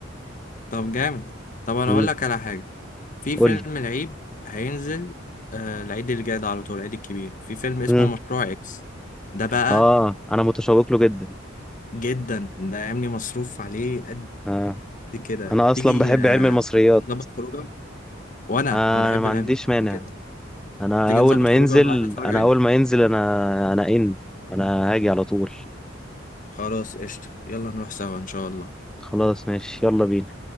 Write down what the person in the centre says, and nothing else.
امم
قول
لي
امم
اه انا متشوق له جدا
آه.
انا اصلا
بحب
علم المصريات
آه.
انا ما
عنديش مانع
انا
اول
ما
ينزل
انا
اول ما ينزل انا انا ان انا هاجي على طول
خلاص ماشي يلا بينا